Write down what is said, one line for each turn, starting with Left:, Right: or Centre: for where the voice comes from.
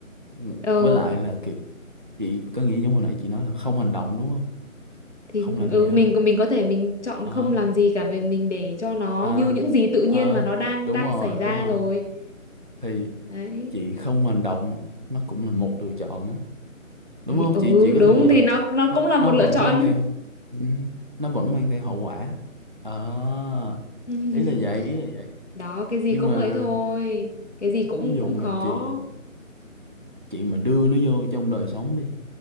Right: Ừ,
Left: ừ
Right: với lại là kiểu chị có nghĩa giống hồi nãy chị nói là không hành động đúng không
Left: thì
Right: không làm
Left: ừ
Right: gì hết
Left: mình mình có thể mình chọn
Right: ờ
Left: không làm gì cả về mình để cho nó
Right: à,
Left: như những gì tự nhiên
Right: à,
Left: mà nó đang
Right: đúng
Left: đang
Right: rồi
Left: xảy ra
Right: đúng rồi
Left: rồi
Right: thì
Left: đấy
Right: chị không hành động nó cũng là một lựa chọn á đúng
Left: thì
Right: không
Left: ừ
Right: chị chị có
Left: đúng
Right: thừa nhận
Left: thì
Right: không?
Left: nó nó
Right: nó,
Left: cũng là
Right: nó
Left: một lựa
Right: vẫn
Left: chọn
Right: mang theo ừ, nó vẫn mang theo hậu quả Ờ,
Left: <laughs>
Right: ý là vậy ý là vậy
Left: đó cái gì
Right: nhưng
Left: cũng
Right: mà
Left: ấy thôi cái gì cũng
Right: ví dụ
Left: cũng
Right: mà
Left: khó
Right: chị chị mà đưa nó vô trong đời sống đi